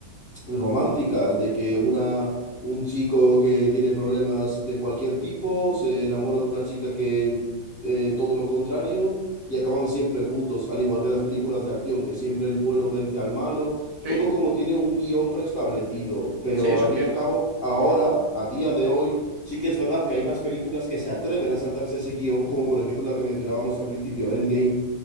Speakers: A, on the left; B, on the right.
A: románticas, de que una, un chico que tiene problemas de cualquier tipo se enamora de una chica que eh, todo lo contrario y acaban siempre juntos, al igual que las películas de acción, que siempre el bueno vence al malo,
B: Sí,
A: todo como tiene un guión preestablecido, pero
B: sí, eso
A: al
B: es
A: fin
B: cierto.
A: y al cabo, ahora, a día de hoy, sí que es verdad que hay más películas que se atreven a saltarse ese guión, como por ejemplo la que mencionábamos al principio, Endgame